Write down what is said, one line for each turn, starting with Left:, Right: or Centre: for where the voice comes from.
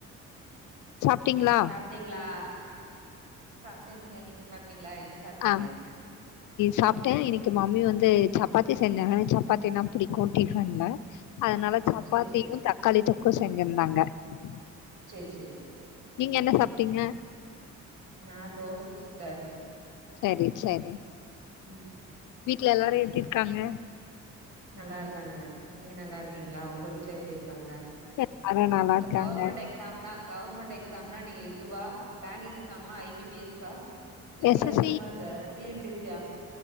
Left: சாப்ட்டீங்களா
Right: சாப்பிட்டீங்களா சாப்பிட்டேன் சிஸ்டர் நீங்க சாப்பிட்டீங்களா என்ன சாப்ட்டீங்க
Left: ஆஹ் சாப்பிட்டேன் இன்னைக்கு மம்மி வந்து சப்பாத்தி செஞ்சாங்கன்னு சப்பாத்தி நா பிடிக்கோ டிபன்ல அதனால சப்பாத்தியும்
Right: சேரி சேரி
Left: தக்காளி தொக்கும் செஞ்ஜி இருந்தாங்க நாங்க
Right: சேரி சேரி
Left: நீங்க என்ன சாப்பிட்டீங்க
Right: நா தோசை சிஸ்டர்
Left: சேரி சேரி
Right: உம்
Left: வீட்டு்ல எல்லாரும் எப்டிருக்காங்க
Right: நல்லா இருக்காங்க நீங்க நல்லா இருக்கீங்களா உங்க வீட்டுல எப்டி க்காங்க
Left: எல்லாரு நல்லா இருக்காங்க
Right: கவர்மெண்ட் எக்ஸாம்லா கவர்மெண்டட் எக்ஸாம்னா நீங்க எதுவா பேங்க் எக்ஸாம் ஐபிபிஎஸ்கா
Left: எஸ்
Right: எல்லா
Left: எஸ்
Right: சும்மால்ல அந்த டிஎம் பிசியா